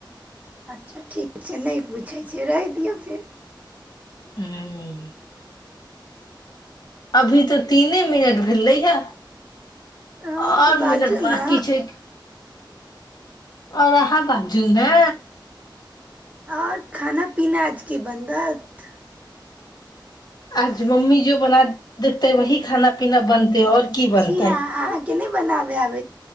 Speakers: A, on the right (about 20°); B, on the left (about 55°).
A: अच्छा ठीक छै नहि पूछै छिय रहि दियौ फेर
B: ह अभी तऽ तीने मिनट भेलै हे
A: हँ
B: आओर
A: तऽ बाजू
B: मिनट बकी
A: ने
B: छै ओहा ब जू ह
A: आओर खाना पीना आज की बनत
B: आज मम्मी जो बना देत है वी खाना केना बनतै आऔर की बनतै
A: किया अहाँके नहि बनाबे आब